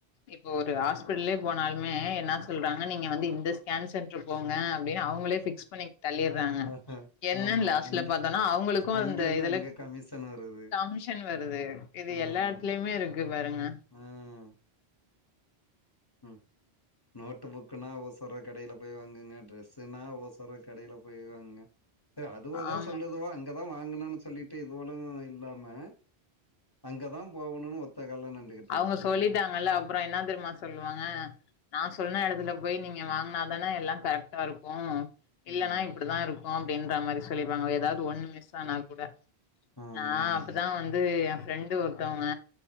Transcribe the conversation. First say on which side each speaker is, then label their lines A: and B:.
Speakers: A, on the left; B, on the left.
A: இப்போ ஒரு ஹாஸ்பிடலே போனாலுமே என்னா சொல்றாங்க நீங்க வந்து இந்த ஸ்கேன் சென்டரு போங்க அப்டின் அவங்களே பிக்ஸ் பண்ணி தள்ளிறாங்க
B: ஆஹா.
A: என்னன்
B: ஆமா
A: லாஸ்ட்ல
B: அங்க
A: பாத்தோனா அவங்களுக்கு இப்போ
B: அங்கேருந்து
A: அந்த இதுல
B: அங்க கமிஷன் வருது
A: கமிஷன் வருது இது
B: ம்
A: எல்லா எடத்துலயுமே இருக்கு பாருங்க
B: ம் ம் நோட் புக்குன்னா ஓசர கடைல போய் வாங்குங்க ட்ரெஸ்ஸுனா ஓசர கடைல போய் வாங்குங்க சரி அதுவாதா
A: ஆமா
B: சொல்லுதோ அங்கதா வாங்கணுனு சொல்லிட்டு இதுவலு இல்லாம அங்கதா போவணுன் ஒத்தக்கால்ல நின்டுகிட்டு
A: அவங்க
B: இருக்குதுவோ
A: சொல்லிட்டாங்கல்ல அப்பற என்னா தெரியுமா சொல்லுவாங்க நான் சொன்ன எடத்துல போய் நீங்க வாங்னாதான எல்லா கரெக்ட்டா இருக்கு இல்லனா
B: ம்
A: இப்டித்தா இருக்கு அப்படின்ற மாரி சொல்லிருவாங்க எதாவது ஒண்ணு மிஸ் ஆனா கூட
B: ம்
A: நான் அப்பதா வந்து என் ஃப்ரெண்டு ஒருத்தவங்க